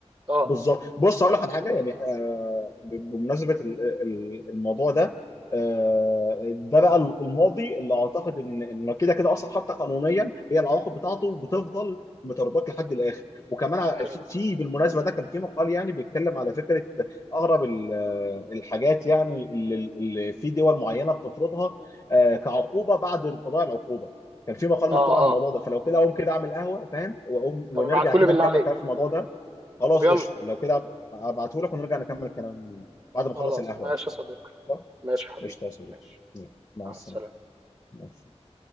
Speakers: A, on the right; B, on the left.
A: اه
B: بالظبط بص اقول لك على حاجه يعني آه، ب- بمناسبه ال- ال- الموضوع ده آه، ده بقى الماضي اللي اعتقد ان ان كده كده اصلا حتى قانونيا هي العواقب بتاعته بتفضل مترداك لحد الاخر وكمان ع-
A: ايوه
B: في في- بالمناسبه ده كان في مقال يعني بيتكلم على فكره اغرب ال- آه، الحاجات يعني اللي اللي في دول معينه بتفرضها آه، كعقوبه بعد انقضاء العقوبه كان في مقال
A: اه
B: مكتوب عن الموضوع
A: اه
B: ده فلو كده اقوم كده اعمل قهوه فاهم واقوم ونرجع
A: طب ابعتهولي
B: كده
A: بالله
B: نكمل
A: عليك
B: كلام في الموضوع ده خلاص
A: طب يلا
B: قشطه لو كده هبعته لك ونرجع نكمل كلام بعد ما اخلص
A: خلاص
B: القهوه
A: ماشي
B: يعني.
A: يا صديقي
B: طب
A: ماشي يا حبيبي
B: قشطه يا صديقي
A: ماشي
B: يلا، مع
A: مع
B: السلامه
A: السلامة
B: مع السلامة.